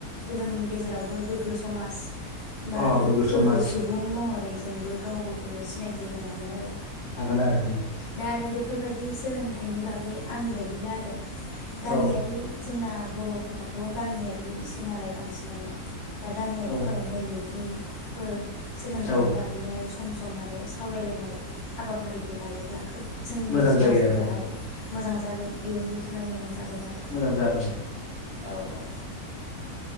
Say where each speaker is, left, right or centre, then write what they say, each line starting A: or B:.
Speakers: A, on the left; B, on the left.
A: जोंनि गेजेरावबो गोग्गो समाज बा
B: अ
A: गोग्गो
B: समाज
A: सुबुं महरै जोंबो गाव गावखौनो सिनायथि होनो हागोन आरो
B: हागोन आरो
A: दा आरो बेफोरबायदि सोलोंथाइनि बागै आंनि बायदिब्ला आरो गामियारि
B: औ
A: जोंना बर <unintelligible> गामियारिसो नालाय बांसिनानो दा गामियारिफ्राव
B: औ
A: मेलमिट मिथिंफोर सोलोंथाइनि
B: औ
A: बागैहाय सम सम माने सावरायलायनाय हाबाफारिखौ लायोब्ला खोब जोंनि
B: मोजां
A: समाजनि
B: जायो आरो
A: थाखाय
B: औ औ
A: मोजां जागोन इयुननि थाखाय मोजां जागोन आरो
B: मोजां जागोन
A: औ औ